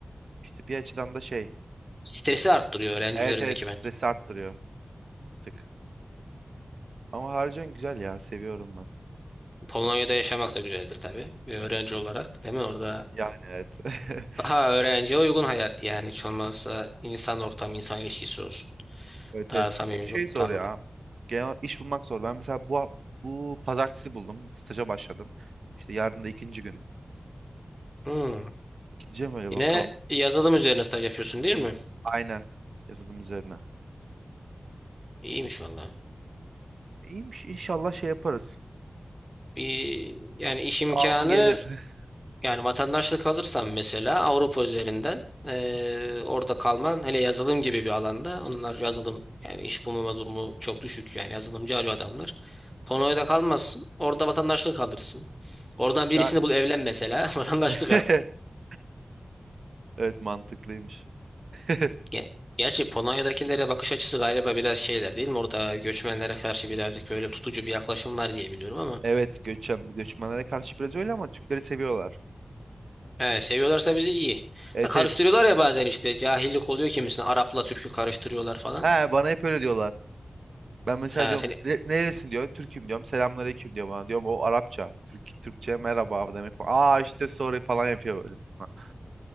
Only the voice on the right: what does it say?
işte bir açıdan da şey
Evet
evet stres
arttırıyor bir tık. Ama harcan güzel ya seviyorum ben.
Yani evet. <laughs>
Evet
evet
bir tek şey
zor ya.
Genel iş bulmak zor. Ben mesela bu hap- bu pazartesi buldum. Staja başladım. İşte yarın da ikinci günüm.
Gideceğim öyle
bakalım.
Aynen yazılım üzerine.
İyiymiş inşallah şey yaparız.
Devamlı gelir. <laughs>
Ya
<laughs>
evet mantıklıymış. <laughs>
Evet göçem göçmenlere karşı biraz öyle ama Türkleri seviyorlar.
Evet
evet.
He bana hep öyle diyorlar. Ben mesela
diyorum
"Ne- neresin diyor. Türk'üm diyorum. Selamünaleyküm diyor bana. Diyorum o Arapça. Türk, Türkçe merhaba demek bu. Aa işte sorry falan yapıyor böyle. <laughs>